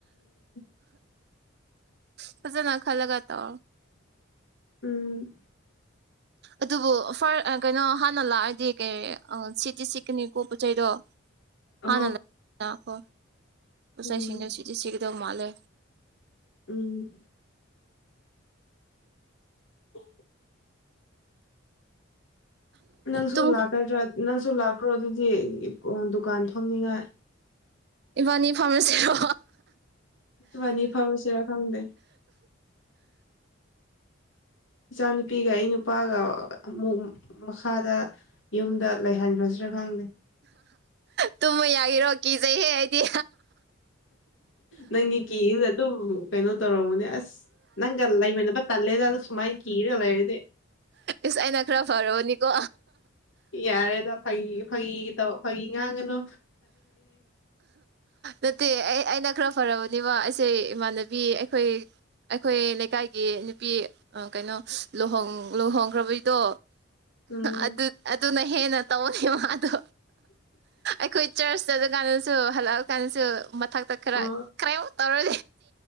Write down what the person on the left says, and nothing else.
<inaudible>
ꯎꯝ
ꯑ
ꯎꯝ
ꯎꯝ ꯎ ꯅꯪꯁꯨ
ꯂꯥꯛꯀꯗ꯭ꯔꯥ ꯅꯪꯁꯨ ꯂꯥꯛꯈ꯭ꯔꯣ ꯑꯗꯨꯗꯤ ꯗꯨꯀꯥꯟ ꯊꯝꯅꯤꯉꯥꯏ
ꯕꯥꯅꯤ ꯐꯔꯨꯁꯤꯔꯥ ꯈꯪꯗꯦ ꯏꯆꯥ ꯅꯨꯨꯄꯤꯒ ꯑꯩ ꯅꯨꯄꯥꯒ ꯑꯃꯨꯛ ꯃꯈꯥꯗ ꯌꯨꯝꯗ ꯂꯩꯍꯟꯈ꯭ꯔꯁꯨ ꯈꯪꯗꯦ
ꯅꯪꯒꯤ ꯀꯤ ꯑꯇꯨꯝ ꯀꯩꯅꯣ ꯇꯧꯔꯝꯃꯨꯅꯦ ꯑꯁ ꯅꯪꯒ ꯂꯩꯃꯤꯟꯅꯕ ꯇꯜꯂꯦꯗ ꯑꯗꯨ ꯁꯨꯃꯥꯏꯅ ꯀꯤꯔꯒ ꯂꯩꯔꯗꯤ
ꯌꯥꯔꯦꯗ ꯐꯒꯤ ꯐꯒꯤ ꯇꯧ ꯐꯒꯤ ꯉꯥꯡꯒꯅꯣ
ꯎꯝ
ꯑ